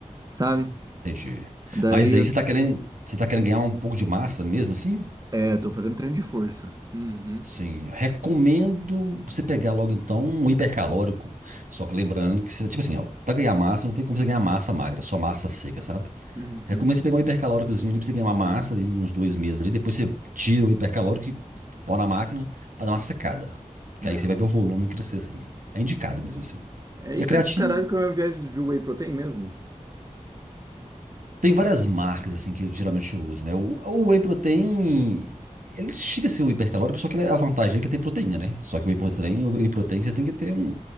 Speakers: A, on the right; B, on the right.
A: sabe?
B: entendi.
A: Daí
B: Mas
A: eu,
B: aí você tá querendo, você tá querendo ganhar um pouco de massa mesmo assim?
A: é, tô fazendo treino de força. Uhum.
B: Sim, recomendo você pegar logo então um hipercalórico. Só que lembrando que, você- tipo assim, ó, pra ganhar massa não tem como você ganhar massa magra, só massa seca, sabe?
A: Uhum.
B: Recomendo você pegar um hipercalóricozinho ali pra você ganhar uma massa ali, uns dois meses ali. Depois você tira o hipercalórico e põe na máquina pra dar uma secada.
A: Não,
B: Que aí você vai ver o volume
A: pô.
B: crescer assim. É indicado mesmo assim.
A: É hiper
B: E a creatina?
A: do caralho que é uma viagem de whey protein mesmo. <laughs>
B: Tem várias marcas, assim, que geralmente eu uso, né? O, o whey protein, ele chega a ser o hipercalórico, só que ele é a vantagem dele é que tem proteína, né? Só que o whey protein,
A: Hum.
B: o whey protein você tem que ter um...